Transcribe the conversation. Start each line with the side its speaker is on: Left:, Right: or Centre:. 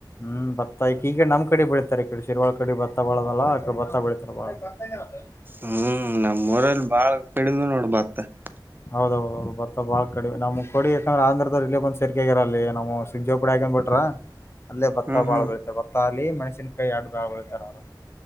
Left: ಹೂ ಭತ್ತ ಈಕೀಗ ನಮ್ಮ ಕಡೆ ಬೆಳೀತಾರೆ ಈಡೆ ಶರ್ವಾಳ ಕಡೆ ಭತ್ತ ಬಾಳ ಅದಲ್ಲಾ ಅತ್ತಾಗ ಭತ್ತ ಬೆಳೀತಾರ ಬಾಳ. <unintelligible>
Right: ಹೂ ನಮ್ಮ ಊರಲ್ಲಿ ಬಾಳ ಕಡಮ ನೋಡ ಬತ್ತ. <unintelligible>
Left: ಹೌದ ಹೌದು ಭತ್ತ ಬಾಳ ಕಡಿಮೆ ನಮಗ ಕೊಡಿ ಯಾಕಂದ್ರ ಆಂಧ್ರದ್ರ ಇಲ್ಲಿ ಬಂದ ಸೇರಕೇ ಆಗ್ಯಾರ್ ಅಲ್ಲಿ ನಮ್ಮ ಸಿಂಗ ಬಿಡಕಾ ಅಂತ ಬಿಟ್ಟರ. <unintelligible>
Right: <unintelligible>
Left: ಅಲ್ಲೇ ಭತ್ತಾ
Right: ಹ್ಮ್
Left: ಬಾಳ್
Right: ಹ್ಮ್
Left: ಬೆಳಿತಾರ ಭತ್ತಾ ಅಲ್ಲಿ ಮೆಣಸಿನಕಾಯಿ ಎರಡು ಬ್ಯಾಳ್ ಬೆಳಿತಾರ ಅವರು.